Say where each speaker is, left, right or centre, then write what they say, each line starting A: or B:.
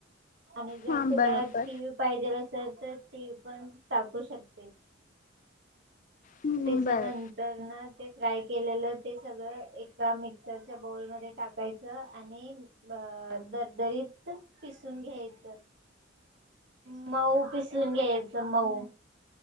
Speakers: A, on the right; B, on the left.
A: आणि जर
B: हा
A: तुला
B: बरोबर
A: तीळ पाहिजेल असल तर तीळ पण टाकू शकते.
B: हम्म,
A: त्याच्यानंतरन
B: बरं
A: ते फ्राय केलेलं ते सगळ एका मिक्सरच्या बौल मध्ये टाकायचं आणि अ दरदरीत पिसून घ्यायच, मऊ पिसून घ्यायचं, मऊ